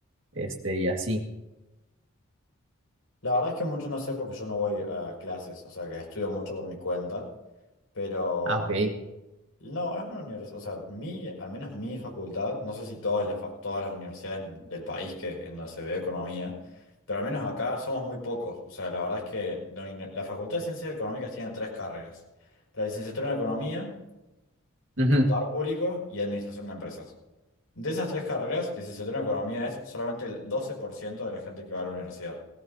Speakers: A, on the right (about 60°); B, on the left (about 75°).
A: este, y así.
B: La verdad es que mucho no sé porque yo no voy a clases, o sea que estudio mucho por mi cuenta, pero
A: Ah, ok.
B: no, es una universidad, o sea, mi, al menos mi facultad, no sé si todas las, fa- todas las universidades en- del país que, en donde se ve economía, pero al menos acá somos muy pocos, o sea, la verdad es que la, uni- la Facultad de Ciencias Económicas tiene tres carreras, la licenciatura en Economía,
A: Ujú.
B: Contador Público y Administración de Empresas. De esas tres carreras, licenciatura en economía es solamente el 12% de la gente que va a la universidad.